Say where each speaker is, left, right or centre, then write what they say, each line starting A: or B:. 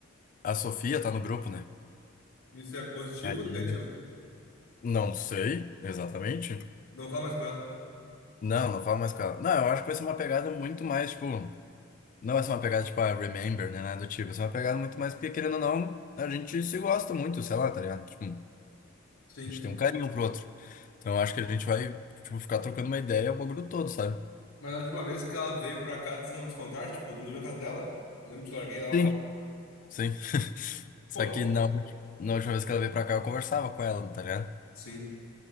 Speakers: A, on the left; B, on the left.
A: a Sofia tá no grupo, né?
B: Isso é positivo
A: Aí.
B: ou negativo?
A: Não sei exatamente.
B: Não fala mais com ela.
A: Não, não falo mais com ela. Não, eu acho que vai ser uma pegada muito mais, tipo. Não vai ser uma pegada tipo, ah, Remember, né? Nada do tipo. Vai ser uma pegada muito mais, porque querendo ou não, a gente se gosta muito, sei lá, tá ligado? Tipo, a
B: Sim.
A: gente tem um carinho um pro outro. Então eu acho que a gente vai, tipo, ficar trocando uma ideia o bagulho todo, sabe?
B: Mas na última vez que ela veio pra cá, tu não nos contaram, tipo, não dormiu na casa dela? Lembra que te larguei lá, eu
A: Sim.
B: acho.
A: Sim. <laughs> Só
B: Pô, não.
A: que não, na na última vez que ela veio pra cá, eu conversava com ela, tá ligado?
B: Sim.